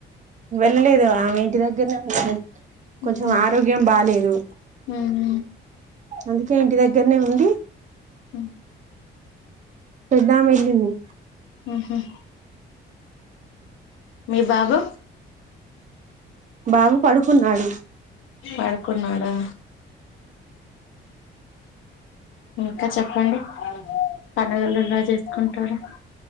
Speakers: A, on the right (about 40°); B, on the left (about 80°).
A: వెళ్ళలేదు ఆమె ఇంటి దగ్గరనే ఉంది కొంచెం
B: ఉమ్
A: ఆరోగ్యం బాలేదు
B: ఉమ్
A: అందుకే ఇంటి దగ్గరనే ఉంది
B: ఉమ్
A: పెద్దామె ఎల్లింది
B: హు హుమ్ మీ బాబు
A: బాబు పడుకున్నాడు
B: పడుకున్నాడా ఇంకా చెప్పండి పండగలు ఎలా చేసుకుంటారు